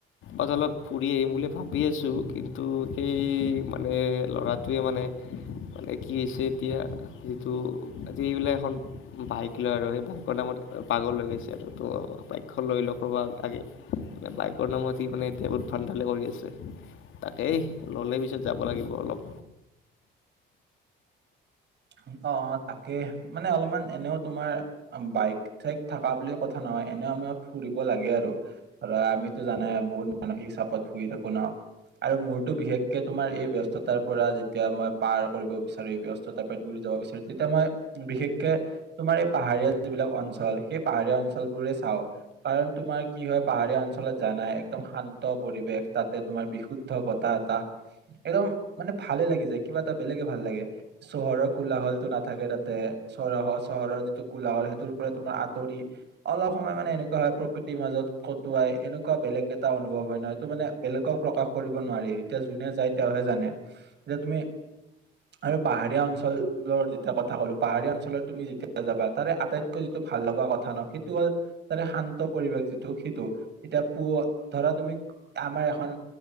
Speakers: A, on the left; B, on the right.
A: অতলত ফুৰি আহিম বুলি ভাবি আছো কিন্তু <inaudible> তো সেই মানে ল'ৰাটোৱে মানে। মানে কি হৈছে, এতিয়া যিটো আজিবিলাক এখন বাইক লয় আৰু সেই বাইকৰ নামত। পাগল হৈ গৈছে আৰুতো বাইকখন লৈ নকবা আৰু। বাইকৰ নামত সি মানে এতিয়া বহুত ভণ্ডালে কৰি আছে। তাকেই ল'লে পিছত যাব লাগিব অলপ।
B: অ অ, তাকে মানে অলপমান এনেও তোমাৰ বাইক চাইক থকা বুলি কথা ন। এনেও আমি ফুৰিব লাগে আৰু, ধৰা আমিতো জানাই বহুত মানসিক চাপত ফুৰি থাকো ন। আৰু মোৰতো বিশেষকে তোমাৰ এই ব্যস্ততাৰ পৰা যেতিয়া মই পাৰ কৰিব বিচাৰো এই ব্যস্ততাৰ দ যাব বিচাৰো তেতিয়া মই বিশেষকে তোমাৰ এই পাহাৰীয়া যিবিলাক অঞ্চল সেই পাহাৰীয়া অঞ্চল বোৰে চাও। কাৰণ তোমাৰ কি হয় পাহাৰীয়া অঞ্চলত যানাই একদম শান্ত পৰিবেশ তাতে তোমাৰ বিশুদ্ধ বতাহ এটা একদম মানে ভালে লাগি যায় কিবা এটা বেলেগে ভাল লাগে। চহৰৰ কোলা হল টো নাথাকে তাতে চহৰৰ- চহৰৰ যিটো কোলা হল সেইটোৰ পৰা তোমাৰ আতৰি অলপ সময় মানে এনেকুৱা হয় প্ৰকৃতিৰ মাজত কটুৱাই এনেকুৱা বেলেগ এটা অনুভৱ হয় নহয় এটো মানে বেলেগ প্ৰকাশ কৰিব নোৱাৰি, এতিয়া যোনে যায় তেওঁহে জানে যে তুমি আৰু। পাহাৰীয়া অঞ্চলৰ যেতিয়া কথা ক'লোঁ পাহাৰীয়া অঞ্চলত তুমি যেতিয়া যাবা তাৰে আটাইতকৈ যিটো ভাল লগা কথা। সেইটো হল তাৰে শান্ত পৰিৱেশ যিটো সেইটো এতিয়া প ধৰা তুমি আমাৰ। বুলি এখন